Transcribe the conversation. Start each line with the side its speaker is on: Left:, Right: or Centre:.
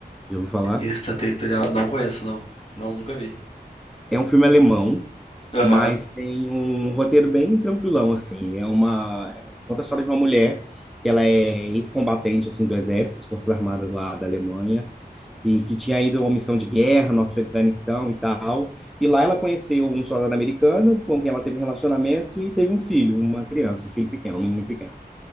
Centre: Já ouviu falar?
Left: Extraterritorial, não conheço, não. Não, nunca vi.
Centre: É um filme alemão,
Left: Aham,
Centre: mas tem um roteiro bem tranquilão, assim. É uma... Conta a história de uma mulher que ela é ex-combatente, assim, do exército, das Forças Armadas lá da Alemanha, e que tinha ido a uma missão de guerra no Afeganistão e tal. E lá ela conheceu um soldado americano com quem ela teve um relacionamento e teve um filho, uma criança, um filho pequeno, um menino pequeno.